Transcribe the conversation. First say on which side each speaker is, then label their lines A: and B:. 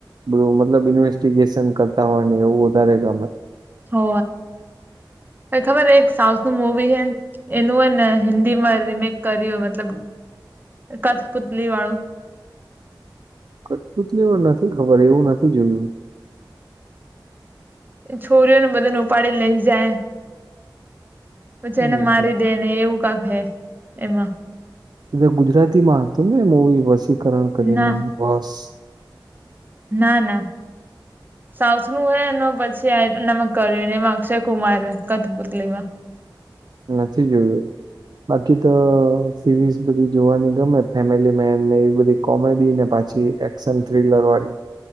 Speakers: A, on the right; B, on the right.
A: બધું મતલબ ઇન્વેસ્ટીગેશન કરતા હોય ને એવું વધારે ગમે.
B: હો, ખબર એક સાઉથ નું મવી હે. એનું હોય ને હિન્દીમાં રીમેક કર્યું મતલબ કથપુતલી વાળું.
A: કટુંત લેવ નથી ખબર એવું નથી જોયું.
B: છોરીઓને બધાને ઉપાડી લઈ જાય, પછી
A: હમ
B: એને મારી દે. અને એવું કાક હે એમાં.
A: એલે ગુજરાતીમાં હતું ને મોવી વસીકરણ કરીને
B: ના
A: બસ.
B: ના ના. સાઉથનું હે અને પછી એમાં કર્યું એમાં અક્ષય કુમાર કથપુતલીમાં.
A: નથી જોયું. બાકી તો સિરીઝ બધી જોવાની ગમે ફેમિલી મેન ને એવી બધી કોમેડી ને પાછી એક્શન થ્રીિલર વાળી,